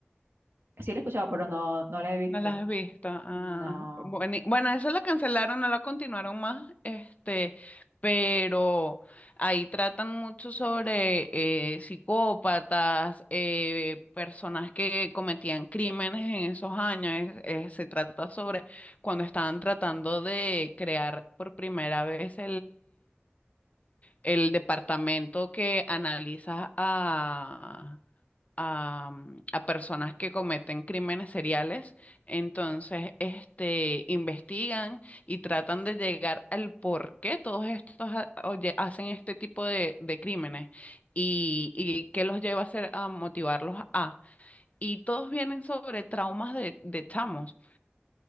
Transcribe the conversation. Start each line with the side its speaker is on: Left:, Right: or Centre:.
Right: Sí lo he escuchado, pero no, no la he visto.
Left: no la has visto. Ah,
Right: No,
Left: bueni- bueno, eso lo cancelaron, no la continuaron más, este, pero ahí tratan mucho sobre eh, psicópatas, eh, personas que cometían crímenes en esos años. Es- es- se trata sobre cuando estaban tratando de crear por primera vez el departamento que analiza a, a, mm, a personas que cometen crímenes seriales, entonces este, investigan y tratan de llegar al por qué todos estos ha- oye- hacen este tipo de, de crímenes y, y qué los lleva a hacer, a motivarlos a. Y todos vienen sobre traumas de, de chamos